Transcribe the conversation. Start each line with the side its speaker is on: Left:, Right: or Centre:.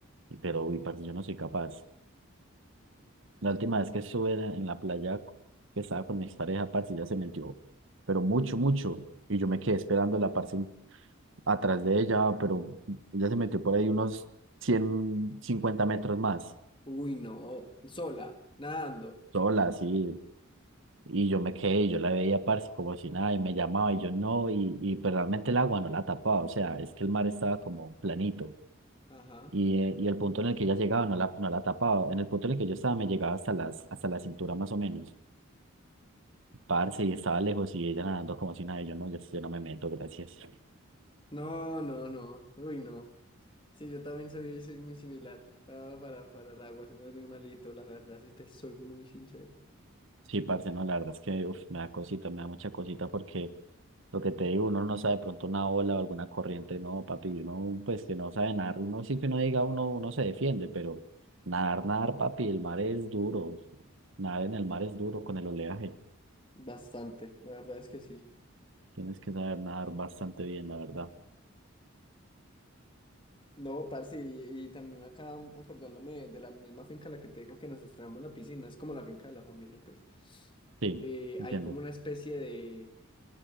Right: y- pero uy, parce, yo no soy capaz. La última vez que estuve en en la playa que estaba con mi pareja, parce, ya se metió, pero mucho, mucho, y yo me quedé esperando la parce atrás de ella, pero ya se metió por ahí unos 150 metros más,
Left: Uy, no. Sola, nadando.
Right: sola, así, Y yo me quedé, y yo la veía, parce, como si nada, y me llamaba, y yo no, y, y pero realmente el agua no la tapaba, o sea, es que el mar estaba como planito,
Left: Ajá.
Right: y, eh, y el punto en el que ella llegaba no la, no la tapaba, en el punto en el que yo estaba me llegaba hasta las, hasta la cintura más o menos, parce, y estaba lejos, y ella nadando como si nada, y yo no, yo, yo no me meto, gracias.
Left: No, no, no. Uy, no. Sí, yo también soy, soy muy similar ah, para, para el agua. Soy más bien malito, la verdad. Sí, te soy muy sincero.
Right: Sí, parce, no, la verdad es que uf, me da cosita, me da mucha cosita porque lo que te digo, uno no sabe de pronto una ola o alguna corriente, no, papi, uno pues que no sabe nadar, uno sí que uno diga, uno, uno se defiende, pero nadar, nadar, papi, el mar es duro, nadar en el mar es duro con el oleaje,
Left: Bastante, la verdad es que sí.
Right: tienes que saber nadar bastante bien, la verdad.
Left: No, parce, y, y también acá acordándome de la misma finca a la que te digo que nos estrenamos la piscina, es como la finca de la familia, pues.
Right: Sí,
Left: Eh,
Right: entiendo.
Left: hay como una especie de...